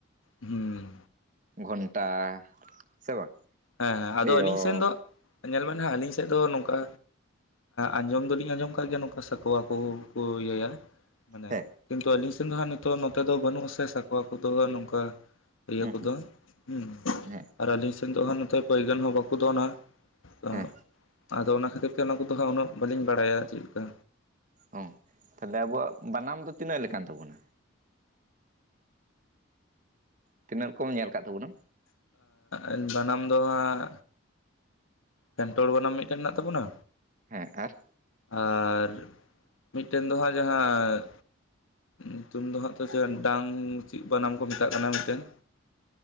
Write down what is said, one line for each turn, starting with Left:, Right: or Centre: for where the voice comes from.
Left: ᱦᱮᱸ
Right: ᱜᱚᱱᱴᱟ ᱥᱮ ᱵᱟᱝ
Left: ᱦᱮᱸ ᱦᱮᱸ ᱟᱫᱚ
Right: ᱴᱮᱭᱚᱝ
Left: ᱟᱹᱞᱤᱧ ᱥᱮᱱ ᱫᱚ ᱧᱮᱞ ᱢᱮ ᱦᱟᱜ ᱟᱞᱤᱧ ᱥᱮᱫ ᱫᱚ ᱱᱚᱝᱠᱟ ᱟᱸᱡᱚᱢ ᱫᱚᱞᱤᱧ ᱟᱸᱡᱚᱢ ᱟᱠᱟᱫ ᱜᱮᱭᱟ ᱱᱚᱝᱠᱟ ᱥᱟᱠᱚᱣᱟ ᱠᱚᱠᱚ ᱤᱭᱟᱹᱭᱟ᱾ ᱢᱟᱱᱮ
Right: ᱦᱮᱸ
Left: ᱠᱤᱱᱛᱩ ᱟᱹᱞᱤᱧ ᱥᱮᱱ ᱫᱚ ᱦᱟᱸᱜ ᱱᱤᱛ ᱱᱚᱛᱮ ᱫᱚ ᱵᱟᱹᱱᱩᱜ ᱟᱥᱮ ᱥᱟᱠᱚᱣᱟ ᱠᱚᱫᱚ ᱱᱚᱝᱠᱟ᱾ ᱤᱭᱟᱹ
Right: ᱦᱩᱸ
Left: ᱠᱚᱫᱚ
Right: ᱦᱩᱸ
Left: ᱦᱮ
Right: ᱦᱮᱸ
Left: ᱟᱨ ᱟᱹᱞᱤᱧ ᱥᱮᱫ ᱫᱚ ᱦᱟᱜ ᱱᱚᱛᱮ ᱯᱟᱹᱭᱜᱟᱹᱱ ᱦᱚᱸ ᱵᱟᱠᱚ ᱫᱚᱱᱟ᱾ ᱚ
Right: ᱦᱮᱸ
Left: ᱟᱫᱚ ᱚᱱᱟ ᱠᱷᱟᱹᱛᱤᱨ ᱜᱮ ᱚᱱᱟ ᱠᱚᱫᱚ ᱦᱟᱸᱜ ᱩᱱᱟᱹᱜ ᱵᱟᱹᱞᱤᱧ ᱵᱟᱲᱟᱭᱟ ᱪᱮᱫᱞᱮᱠᱟ᱾
Right: ᱦᱚ ᱛᱟᱦᱞᱮ ᱟᱵᱚᱣᱟᱜ ᱵᱟᱱᱟᱢ ᱫᱚ ᱛᱤᱱᱟᱹᱜ ᱞᱮᱠᱟᱱ ᱛᱟᱵᱚᱱᱟ? ᱛᱤᱱᱟᱹᱜ ᱨᱚᱠᱚᱢᱮᱢ ᱧᱮᱞ ᱟᱠᱟᱫ ᱛᱟᱵᱚᱱᱟ?
Left: ᱟᱸ... ᱵᱟᱱᱟᱢ ᱫᱚ ᱦᱟᱸᱜ ᱯᱮᱱᱴᱳᱲ ᱵᱟᱱᱟᱢ ᱢᱤᱫᱴᱮᱱ ᱢᱮᱱᱟᱜ ᱛᱟᱵᱚᱱᱟ᱾
Right: ᱦᱮᱸ ᱟᱨ?
Left: ᱟᱨ ᱢᱤᱫᱴᱮᱱ ᱫᱚ ᱦᱟᱸᱜ ᱡᱟᱦᱟᱸ, ᱧᱩᱛᱩᱢ ᱫᱚ ᱦᱟᱜ ᱛᱚ ᱪᱮᱫ ᱰᱟᱝ ᱪᱮᱫ ᱵᱟᱱᱟᱢ ᱠᱚ ᱢᱮᱛᱟᱜ ᱠᱟᱱᱟ ᱢᱤᱫᱴᱮᱱ᱾